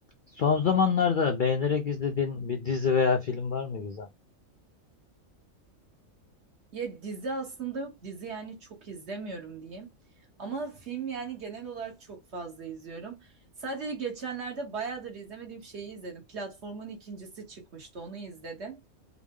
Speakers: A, on the left; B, on the right.
A: Son zamanlarda beğenerek izlediğin bir dizi veya film var mı Gizem?
B: Ya dizi aslında yok. Dizi yani çok izlemiyorum diyeyim. Ama film yani genel olarak çok fazla izliyorum. Sadece geçenlerde bayağıdır izlemediğim şeyi izledim. Platformun ikincisi çıkmıştı. Onu izledim.